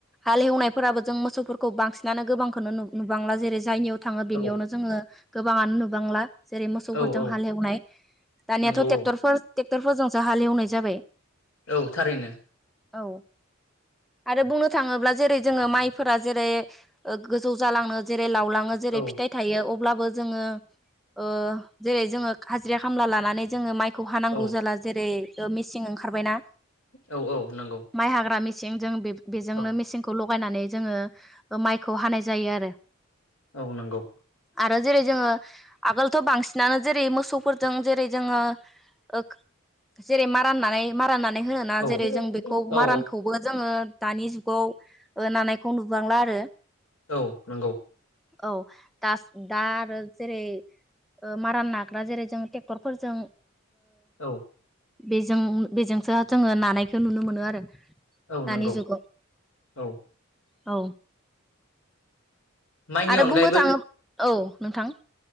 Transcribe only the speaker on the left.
औ
औ औ
नंगौ औ
औ थारैनो।
औ
औ
औ औ नंगौ
औ
औ नंगौ।
औ
औ
औ नंगौ।
औ
औ
नंगौ
औ।
माइनि
अनगायैबो